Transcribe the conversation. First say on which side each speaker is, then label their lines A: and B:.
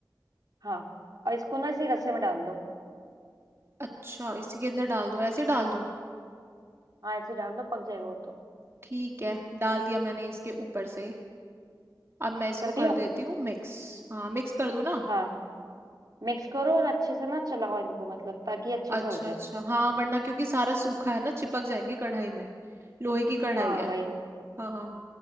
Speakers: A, on the right; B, on the right.
A: हाँ और इसको ना इसी रस्से में डाल दो
B: अच्छा इसी के अंदर डाल दूँ ऐसे डाल दूँ
A: हाँ ऐसे ही डाल दो पक जाएगा वो तो
B: ठीक है डाल दिया मैंने इसके ऊपर से अब मैं इसको
A: कर दिया
B: कर देती हूँ मिक्स हाँ मिक्स कर दूँ ना
A: हाँ मिक्स करो और अच्छे से ना चलाओ इनको मतलब ताकि अच्छे
B: अच्छा
A: से हो जाए
B: अच्छा हाँ वरना क्योंकि सारा सूखा है ना चिपक जाएंगे कढ़ाई में लोहे की कढ़ाई
A: हाँ
B: है
A: वही वही
B: हाँ